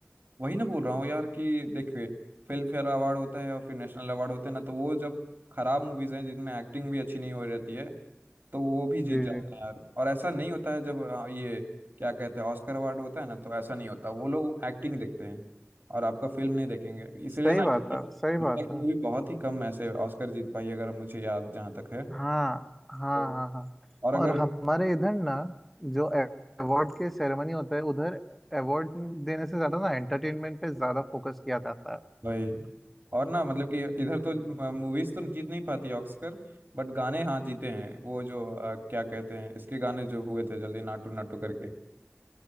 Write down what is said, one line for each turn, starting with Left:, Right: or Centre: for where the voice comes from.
Right: वही ना बोल रहा हूँ यार कि देखिए फिल्म फेयर अवार्ड होता है और फिर नेशनल अवार्ड होते हैं ना तो वो जब खराब मूवीज हैं जिनमें एक्टिंग भी अच्छी नहीं हो रहती है तो वो भी जीत
Centre: जी
Right: जाते
Centre: जी
Right: हैं यार और ऐसा नहीं होता है जब अ, ये क्या कहते हैं ऑस्कर अवार्ड होता है ना तो ऐसा नहीं होता वो लोग एक्टिंग देखते हैं और आपका फिल्म नहीं देखेंगे इसलिए
Centre: सही
Right: ना
Centre: बात है सही बात
Right: मूवी
Centre: है
Right: बहुत ही कम ऐसे ऑस्कर जीत पाई अगर मुझे याद जहाँ तक है
Centre: हाँ हाँ
Right: तो-
Centre: हाँ हाँ
Right: और अगर
Centre: और हमारे इधर ना जो अवार्ड के सेरेमनी होता है उधर अवार्ड देने से ज्यादा ना एंटरटेनमेंट पे ज्यादा फोकस किया जाता है
Right: भाई और ना मतलब कि इधर तो मूवीज तो जीत नहीं पाती ऑस्कर बट गाने हाँ जीते हैं वो जो अ, क्या कहते हैं इसके गाने जो हुए थे जल्दी नाटू नाटू करके